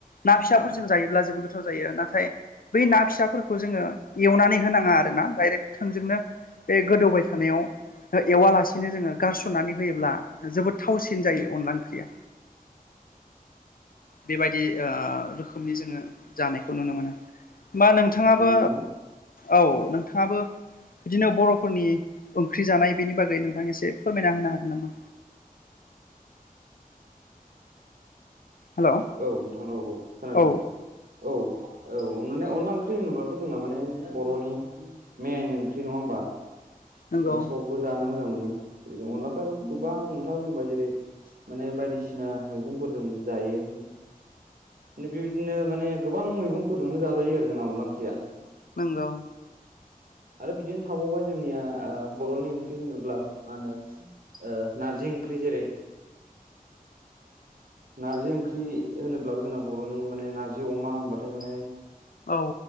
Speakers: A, on the left; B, on the right.
A: ना फिसाफोरजों जायोब्ला जेबो गोथाव जायो नाथाय बै ना फिसाफोरखौ जोङो एवनानै होनाङा आरो ना दडाइरेक्ट थोंजोंनो बे गोदौबाय थानायाव एवालासिनो जोङो गारस'नानै होयोब्ला जोबोद थावसिन जायो अनला ओंख्रिया बेबायदि रोखोमनि जोङो जानायखौ नुनो मोनो होमा नोंथाङाबो
B: ना औ नोंथां
A: औ नोंथाङाबो बिदिनो बर'फोरनि ओंख्रि जानाय बेनि बागै नोंथांा एसे फोरमायना होनो हागोन नामा हेलौ
B: औ नोंथां औ औ खोनादों
A: औ
B: नोंथां औ औ माने अनला ओंख्रि होनोब्लाथ' जोंना माने बर'नि मेन ओंख्रि नङा होमबा
A: नंगौ
B: बा सबबो जानो मोजां मोनो जनो अनलाखौ आरो' गोबां अनथाबो जेनबाय जेरै माने बायदिसिना मैगंफोरजों जायो बेबायदिनो माने गोबां मैगंफोरजोंनो जाजायो आरो जोंना अनला ओंख्रिया
A: नोंगौ
B: आरो बिदिनो थाबावबाय जोंनिया बर'नि ओंख्रि होनोब्ला मा होनो नारजि ओंख्रि जेरै नार्जि ओंख्रि होनोब्लाबो जोंना बर'नि माने नार्जि अमा होनबथाय माने
A: औ